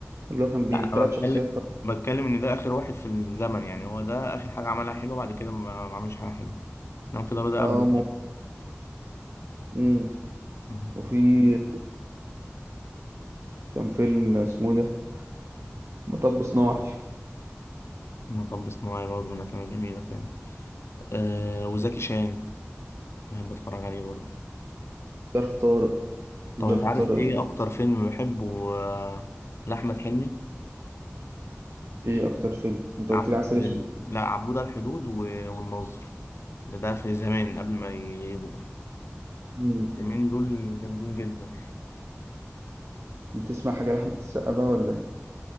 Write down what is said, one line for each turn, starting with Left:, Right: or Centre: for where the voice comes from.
Right: اللي هو كان بيه
Left: لا
Right: تلات
Left: أنا بتكلم
Right: شخصيات
Left: بتكلم ان ده اخر واحد في الزمن يعني هو ده اخر حاجه عملها حلو بعد كده ما ما عملش حاجه حلوه نعم في دار ده
Right: اه
Left: قبل
Right: مم.
Left: مم.
Right: وفي كان فيلم اسمه ده مطب صناعي
Left: مطب صناعي برضه من الافلام الجميله فعلا آه وزكي شان بحب اتفرج عليه برضه
Right: ظرف طارق
Left: طب
Right: ظرف
Left: انت عارف
Right: طارق
Left: ايه اكتر فيلم بحبه آه، لاحمد حلمي
Right: ايه اكتر فيلم انت
Left: عب...
Right: قلت لي عسل اسود
Left: لا عبود على الحدود و... والناظر ده ده في زمان قبل ما يكبر
Right: مم.
Left: الفيلمين دول جامدين جدا
Right: بتسمع حاجه لاحمد السقا بقى ولا ايه